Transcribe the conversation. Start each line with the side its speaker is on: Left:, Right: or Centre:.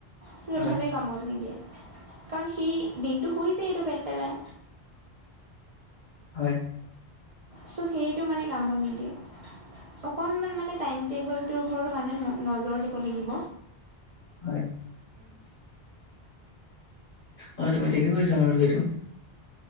Right: কিন্ত
Left: হয়,
Right: তথাপি কামত নিদিয়ে কাৰণ সি দিনটো শুইছেই টো পেট পেলাই।
Left: হয়।
Right: চ' সেইটো মানে কামত নিদিয়ে। অকণমান মানে টাইম টেবুলটোৰ ওপৰতো মানুহে নজৰ দিব লাগিব।
Left: হয়। হয় তুমি ঠিকে কৈছা বাৰু সেইটো।